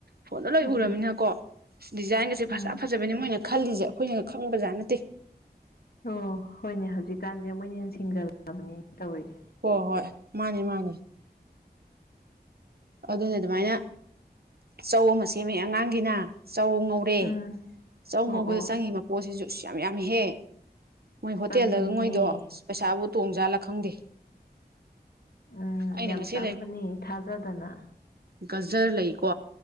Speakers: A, on the right; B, on the left.
A: ꯐꯣꯟꯗ ꯂꯣꯏ
B: ꯎꯝ
A: ꯎꯔꯃꯤꯅꯀꯣ ꯗꯤꯖꯥꯏꯟꯒꯁꯦ
B: ꯎꯝ
A: ꯐꯖ ꯐꯖꯕꯤꯅꯤ ꯃꯣꯏꯅ ꯈꯜꯂꯤꯁꯦ ꯑꯩꯈꯣꯏꯅꯒ ꯈꯪꯕ ꯖꯥꯠ ꯅꯠꯇꯦ
B: ꯑꯣ ꯍꯣꯏꯅꯦ ꯍꯧꯖꯤꯛꯀꯥꯟꯁꯦ ꯃꯣꯏꯅ ꯍꯦꯟ ꯁꯤꯡꯖꯜꯂꯛꯑꯕꯅꯤꯅꯦ ꯇꯧꯔꯤꯁꯦ
A: ꯍꯣ ꯍꯣꯏ ꯃꯥꯅꯦ ꯃꯥꯅꯦ ꯑꯗꯨꯅꯦ ꯑꯗꯨꯃꯥꯏꯅ ꯆꯧ ꯑꯃ ꯁꯦꯝꯃꯦ ꯑꯉꯥꯡꯒꯤꯅ ꯆꯧ ꯉꯧ ꯔꯦ
B: ꯎꯝ
A: ꯆꯧ
B: ꯑꯣ
A: ꯉꯧꯕꯗ
B: ꯑꯣ
A: ꯆꯪꯉꯤꯕ ꯄꯣꯠꯁꯤꯁꯨ ꯌꯥꯝ ꯌꯥꯝꯃꯦꯍꯦ ꯃꯣꯏ ꯍꯣꯇꯦꯜꯗꯒ
B: ꯆꯪꯕꯅꯦꯍꯦ
A: ꯉꯧꯏꯗꯣ ꯄꯩꯁꯥꯕꯨ ꯇꯣꯡꯖꯥꯠꯂ ꯈꯪꯗꯦ
B: ꯎꯝ
A: ꯑꯩꯅ
B: ꯌꯥꯝ
A: ꯉꯁꯤ
B: ꯆꯪꯕꯅꯦ ꯊꯥꯖꯗꯅ
A: ꯒꯥꯖꯔ ꯂꯩꯀꯣ